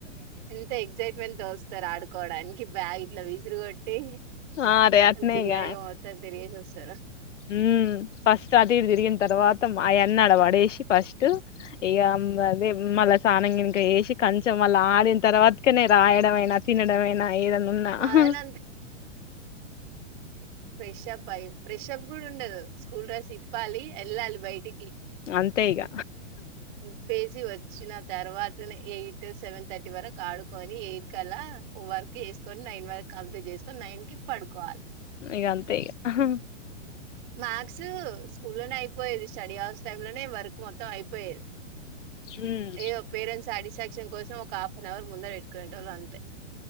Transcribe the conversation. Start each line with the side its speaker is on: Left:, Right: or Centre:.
Right: ఎంత ఎక్సైట్మెంట్ తో వస్తారు ఆడుకోడానికి బ్యాగ్ ఇట్లా విసిరుగొట్టి
Left: ఆ రే అట్నే
Right: జులై
Left: ఇగ
Right: గా పోతారు తిరిగేసి ఒస్తరు
Left: ఉమ్ ఫస్ట్ అటు ఇటు తిరిన తర్వాత అవ్విని అన్నాడ పడేసి ఫస్ట్ ఇక అదే మళ్ళా సన్నంగినిక చెస్ కంచెం వాళ్ళ ఆడిన తర్వాతకనే రాయడంమైనా తినడంమైనా ఏదన్నా
Right: మాదైనా
Left: ఉన్న
Right: ఫ్రెషప్ అయి ఫ్రెషప్ కూడా ఉండదు స్కూల్ డ్రస్ ఇప్పాలి వెళ్ళాలి బయటికి
Left: అంతే ఇగ
Right: హా హా విప్పేసి వచ్చిన తర్వాత్ ఎయిట్ సెవెన్ థర్టీ వరకు ఆడుకొని ఎయిట్ కలా వర్క్ చేసుకొని నైన్ వరకు కంప్లీట్ చేస్త్ సో నైన్కి పడుకోవాలి
Left: ఇగ అంతే ఇగ
Right: మ్యాథ్స్ స్కూ లోనే అయిపోయేది స్టడీ హౌర్స్ టై లోనే వర్క్ మొత్తం అయిపోయేది
Left: ఉమ్
Right: ఏదో పేరెంట్స్ సాటిస్ఫాక్షన్ కోసం ఒక హాఫ్ అన్ అవర్ ముందర పెట్టుకునేటోల్లం అంతే